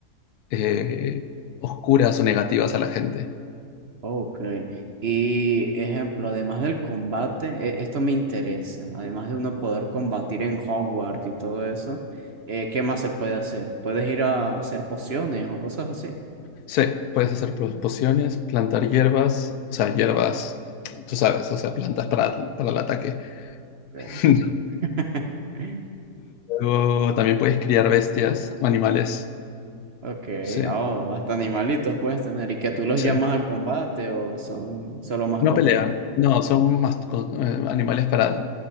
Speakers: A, on the left; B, on the right.
A: eh, oscuras o negativas a la gente.
B: ok. Y ejemplo, además del combate, e- esto me interesa, además de uno poder combatir en Hogwarts y todo eso, eh, ¿qué más se puede hacer? ¿Puedes ir a hacer pociones o cosas así?
A: Sí, puedes hacer pociones, plantar hierbas, o sea, hierbas, tú sabes, o sea, plantas para, para el ataque.
B: Ok.
A: <laughs>
B: <laughs>
A: Luego también puedes criar bestias o animales.
B: Ok,
A: Sí,
B: oh, hasta animalitos puedes tener y que tú los
A: sí.
B: llamas al combate o son solo mascotas.
A: No pelean, no, son más co- eh, animales para,